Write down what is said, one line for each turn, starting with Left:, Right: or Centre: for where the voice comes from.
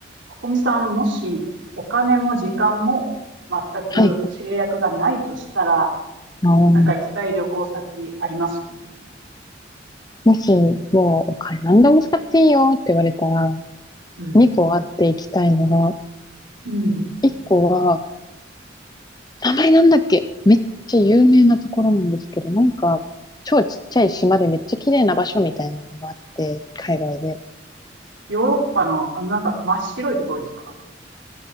Right: ここみさん、もしお金も時間も全く制約がないとしたら、
Left: はい。あの、
Right: なんか行きたい旅行先あります
Left: もし、もう、お金何でも使っていいよって言われたら、
Right: うん。
Left: 2個あっていきたいのが、
Right: うん。
Left: 1個は、名前なんだっけめっちゃ有名なところなんですけど、なんか、超ちっちゃい島でめっちゃ綺麗な場所みたいなのがあって、海外で。
Right: ヨーロッパの、あの、なんか真っ白いところですか